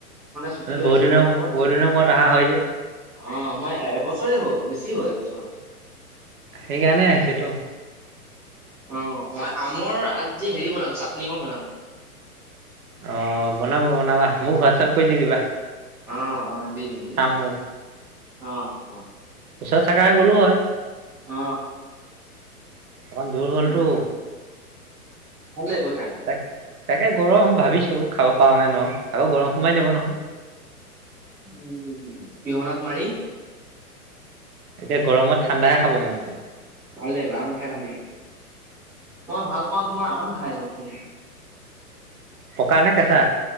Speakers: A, in the centre; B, on the right.
A: ছুটি
B: মানে
A: লৈ
B: বহুত
A: আহিছে
B: দিনৰ
A: মূৰত
B: বহুত দিনৰ মূৰত অহা হয় যে।
A: অ' মই এবছৰে হ'ল, বেছি হ'ল এবছৰ।
B: সেইকাৰণে আহিছে তো।
A: অ' মই আমৰ আজি হেৰি বনাম চাটনি অকন বনাম।
B: অ' বনাবা বনাবা মোক হোৱাটছআপ কৰি দি দিবা।
A: অ' অ' দি দিম, দি
B: চাম
A: দিম।
B: ময়ো
A: অ' হ'ব।
B: ওচৰত থাকা হয় গ'লো হয়।
A: অ'।
B: অকমান দূৰ হ'লটো।
A: খাম খাম ভাল লাগিব খাই
B: তাক তাকে গৰম ভাবিছো খাব পৰো নে নোৱাৰো। আকৌ গৰম সোমাই যাব নহয়।
A: উম পিহনাত মাৰি
B: এতিয়া গৰমত ঠাণ্ডাহে খাব মন যায়।
A: ভাল লাগিব আম খায় ভাল লাগিব। মই ভাল পাওঁ তোমাৰ আম খায় চবত থাকি।
B: পকা নে কেঁচা?